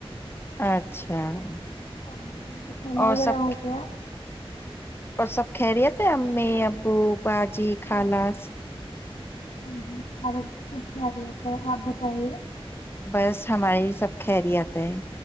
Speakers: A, on the left; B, on the left.
A: اچھا <unintelligible>
B: ہاں ج سونا
A: اور
B: وغیر
A: سب
B: ہو گیا
A: اور سب کہرییے تھے امی ابو باج جی خالص
B: ہاں جی ہاں جی اور ب سب کیا رہتے ہے <unintelligible> آبت ہے <unintelligible>
A: بس ہماراری سب خری آتا ہے